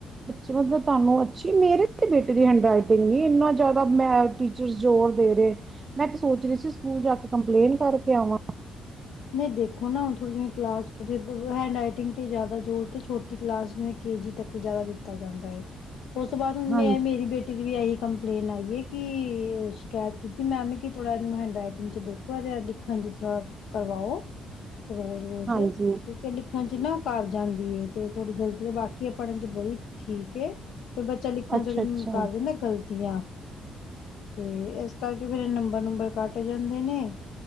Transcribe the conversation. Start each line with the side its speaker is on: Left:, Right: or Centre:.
Right: ਬਿਚ ਮਤਲਬ ਤਾਨੂੰ ਅੱਛੀ ਮੇਰੇ ਤੇ ਬੇਟੇ ਦੀ ਹੈਂਡ ਰਾਈਟਿੰਗ ਨੀ ਇਨਾ ਜ਼ਿਆਦਾ ਮੈਂ ਟੀਚਰਸ ਜੋਰ ਦੇ ਰਏ। ਮੈਂ ਤੇ ਸੋਚ ਰੀ ਸੀ ਸਕੂਲ ਜਾ ਕੇ ਕੰਪਲੇਨ ਕਰਕੇ ਆਵਾਂ।
Left: ਨਈ ਦੇਖੋ ਨਾ ਹੁਣ ਥੋੜੀ ਜਿਵੇਂ ਕਲਾਸ <unintelligible> ਹੈਂਡ ਰਾਈਟਿੰਗ ਤੇ ਜਿਆਦਾ ਜੋਰ ਤੇ ਛੋਟੀ ਕਲਾਸ ਜਿਵੇਂ ਕੇਜੀ ਤਕ ਜਿਆਦਾ ਦਿੱਤਾ ਜਾਂਦਾ ਏ। ਉਸ ਤੋਂ ਬਾਅਦ ਹੁਣ
Right: ਹਾਂਜੀ
Left: ਮੈਂ ਮੇਰੀ ਬੇਟੀ ਦੀ ਵੀ ਐਈ ਕੰਪਲੇਨ ਆਈ ਏ ਕਿ ਸ਼ਿਕਾਇਤ ਕੀਤੀ ਮੈਮ ਨੇ ਕਿ ਥੋੜ੍ਹਾ ਏਨੂੰ ਹੈਂਡ ਰਾਈਟਿੰਗ 'ਚ ਦੇਖੋ ਇਹਦੇ ਦਿੱਖਣ 'ਚ ਥੋੜ੍ਹਾ ਕਰਵਾਓ ਰੋਜ਼-ਰੋਜ਼
Right: ਹਾਂਜੀ
Left: ਕਿਉਂਕਿ ਲਿੱਖ ਣ 'ਚ ਨਾ ਕਰ ਜਾਂਦੀ ਏ ਤੇ ਤੁਆਡੀ ਗਲਤੀ ਏ ਬਾਕੀ ਏ ਪੜਨ 'ਚ ਬੜੀ ਠੀਕ ਏ। ਤੇ ਬੱਚਾ ਲਿਖਣ
Right: ਅੱਛਾ
Left: ਚ
Right: ਅੱਛਾ
Left: ਕਰ ਜਾਂਦੈ ਗਲਤੀਆਂ ਤੇ ਇਸ ਕਰਕੇ ਫੇਰ ਨੰਬਰ-ਨੁੰਬਰ ਕੱਟ ਜਾਂਦੇ ਨੇ।